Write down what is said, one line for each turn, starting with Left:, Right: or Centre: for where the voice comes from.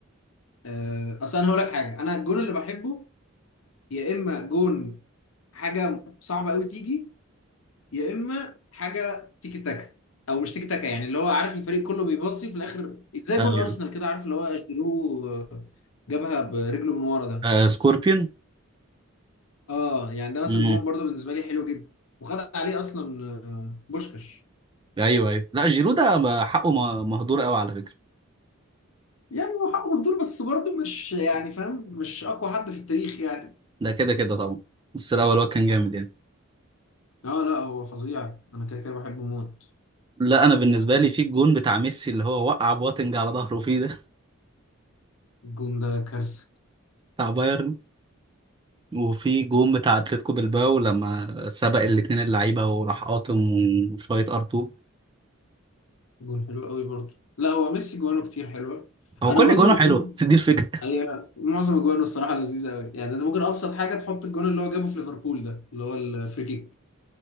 Left: آه اصل انا هقول لك حاجه انا الجون اللي بحبه يا اما جون حاجه صعبه قوي تيجي يا اما حاجه تيكي تاكا او مش تيكي تاكا يعني اللي هو عارف الفريق كله بيباصي في الاخر زي
Right: ايوه
Left: جون ارسنال كده عارف اللي هو جيرو جابها برجله من ورا ده
Right: آه سكوربيون
Left: اه يعني ده مثلا
Right: مم.
Left: جون برضه بالنسبه لي حلو جدا وخد عليه اصلا آه، بوشكاش
Right: ايوه ايوه لا جيرو ده ما- حقه ما- مهدور قوي على فكره
Left: يعني هو حقه مهدور بس برضه مش يعني فاهم مش اقوى حد في التاريخ يعني
Right: ده كده كده طبعا بس الاول هو كان جامد يعني
Left: اه لا هو فظيع انا كده كده بحبه موت
Right: لا انا بالنسبه لي في الجون بتاع ميسي اللي هو وقع بواتنج على ظهره فيه ده
Left: الجون ده كارثه
Right: <laughs> بتاع بايرن وفي جون بتاع اتلتيكو بالباو لما سبق الاتنين اللعيبه وراح قاطم وشويه ار2
Left: جون حلو قوي برضه لا هو ميسي جوانه كتير حلوه
Right: هو
Left: انا
Right: كل
Left: برضو
Right: جونه حلو بس <laughs> دي الفكره
Left: ايوه معظم اجوانه الصراحه لذيذه قوي يعني ده ممكن ابسط حاجه تحط الجون اللي هو جابه في ليفربول ده اللي هو الفري كيك